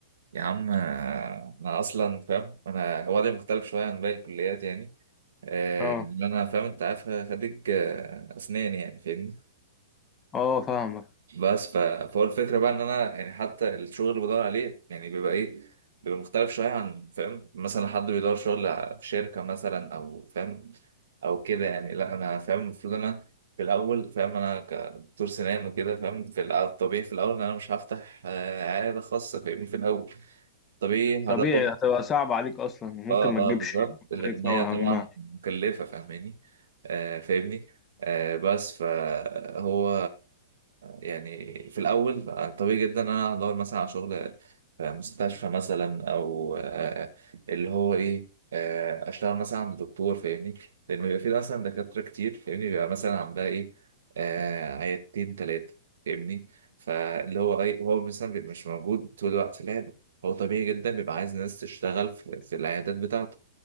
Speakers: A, on the right; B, on the left.
A: يا عم انا اصلا فاهم انا وضعي مختلف شوية عن باقي الكليات يعني آه،
B: اه
A: ان انا فاهم انت عارف خريج آه، اسنان يعني فاهمني
B: اه فاهمك
A: بس ف- فهو الفكره بقى ان انا يعني حتى الشغل اللي بدور عليه يعني بيبقى ايه بيبقى مختلف شويه عن فاهم مثلا حد بيدور شغل في شركه مثلا او فاهم او كده يعني لا انا فاهم المفروض انا في الاول فاهم انا كدكتور سنان وكده فاهم في الأ- الطبيعي في الاول ان انا مش هفتح آه، عياده خاصه فاهمني في الاول طبيعي هروح
B: طبيعي هتبقى صعب عليك اصلا ممكن
A: اه
B: ما تجيبش
A: اه بالظبط
B: مصاريفها
A: لان هي
B: وهمها
A: طبعا مكلفه فاهماني آه فاهمني آه بس فهو يعني في الاول طبيعي جدا ان انا هدور مثلا على شغل في مستشفى مثلا او آه اللي هو ايه آه اشتغل مثلا عند دكتور فاهمني لان بيبقى في مثلا دكاتره كتير فاهمني بيبقى مثلا عندها ايه آه عيادتين ثلاثه فاهمني فاللي هو ايه هو مثلا بيبقى مش موجود طول الوقت لا هو طبيعي جدا بيبقى عايز ناس تشتغل في, في العيادات بتاعته